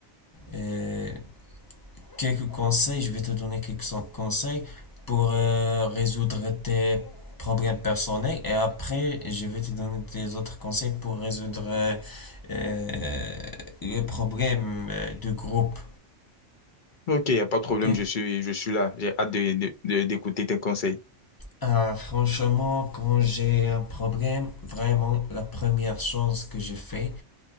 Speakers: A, on the left; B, on the left.
A: euh, quelques conseils, je vais te donner quelques so- conseils pour euh, résoudre tes problèmes personnels et après je vais te donner des autres conseils pour résoudre euh, euh, les problèmes euh, de groupe.
B: Ok, il n'y a pas de problème,
A: ok
B: je suis, je suis là. J'ai hâte de, de- de- d'écouter tes conseils.
A: Ah, franchement, quand j'ai un problème, vraiment la première chose que je fais,